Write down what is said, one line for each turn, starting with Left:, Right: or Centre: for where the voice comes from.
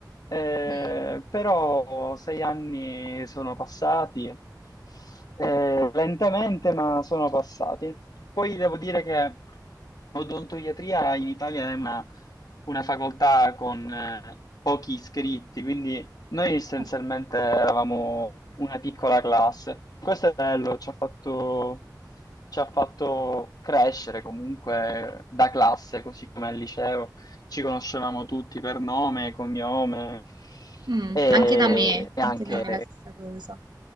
Left: Eh,
Right: Mm.
Left: però sei anni sono passati, eh, lentamente, ma sono passati. Poi devo dire che odontoiatria in Italia è una, una facoltà con eh, pochi iscritti, quindi noi essenzialmente
Right: Eh.
Left: eravamo una piccola classe. Questo è bello, ci ha fatto, ci ha fatto crescere comunque da classe, così come al liceo ci conoscevamo tutti per nome, cognome
Right: Mm.
Left: e,
Right: Anche da me,
Left: e
Right: anche
Left: anche...
Right: da me la stessa cosa.